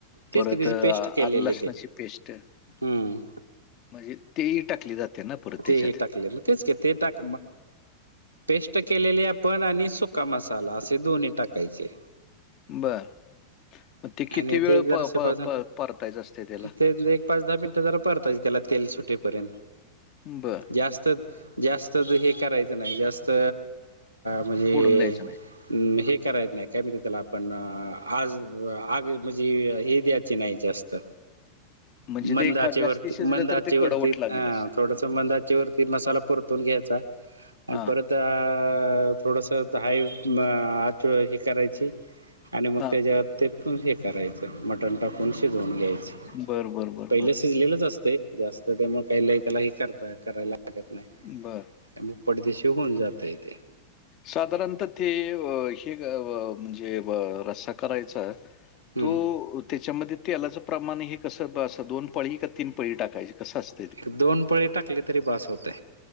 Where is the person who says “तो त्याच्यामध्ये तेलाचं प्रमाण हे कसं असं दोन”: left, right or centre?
Left